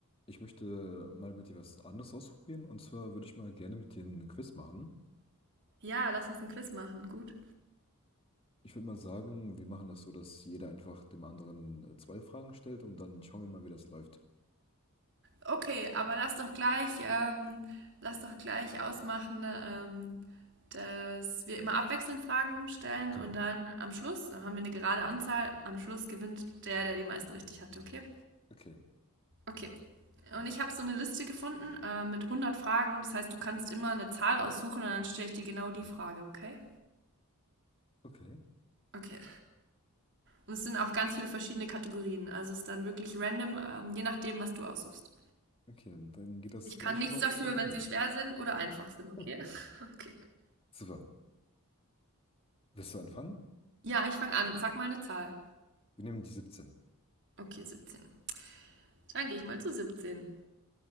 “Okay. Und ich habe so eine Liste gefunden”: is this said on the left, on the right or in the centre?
Right